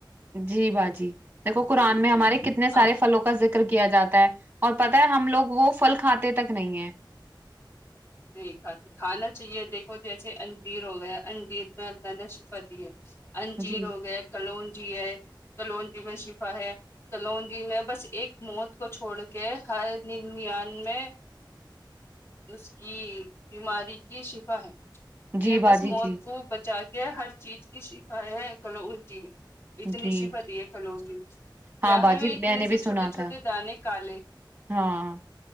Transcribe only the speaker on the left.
ہاں
جی
اب
نہیں کھاتی کھانا چاہیے دیکھو جیسے انجیر ہو گیا انجیر میں اللہ نے شفا دی ہے انجیر
ہو گیے کلون جی ہے کلون جی میں شفا ہے کلونجی میں بس ایک موت کو چھوڑ کے ہر ننیانوے اس یہ ایک بیماری کی شفا ہے
یہ بس
موت
کو بچاتی یہ ہر چیز کی شفا ہیں کلونجی میں اتنی
شفا دی ہے کلونجی میں کیا
ہے وہ اتنے
سے
چھوٹے چھوٹے
دانے کالے